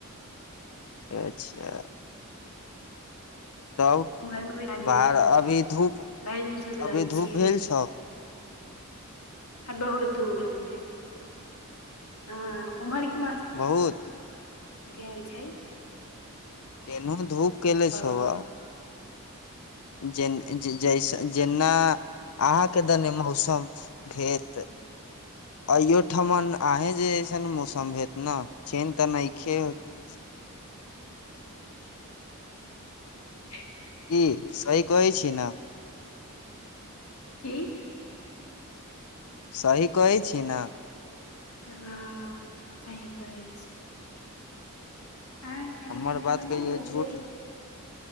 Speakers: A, on the left (about 70°); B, on the left (about 85°).
A: अच्छा तब
B: <unintelligible> भरि
A: बाहर अभी धूप
B: दिन सुतल
A: अभी
B: रहय छियै।
A: धूप भेल छौ
B: आ बहुत धूप भेल छैय। हँ उमरके मौस
A: बहुत
B: केहन छैय?
A: एनहो धूप केले
B: बहुत
A: छहो। जेना जैस जेना अहाँके दने मौसम भेत अयो ठमन अहें जेअइसन मौसम हेत ने चेनज तऽ नहिखे होत
B: <unintelligible>
A: की सही कहै छी ने?
B: की?
A: सही कहै छी ना?
B: हाँ सही कहै छी। अहाँ खाना
A: हमर
B: पीना
A: बात
B: बना
A: कहियो
B: लेलियै
A: झूठ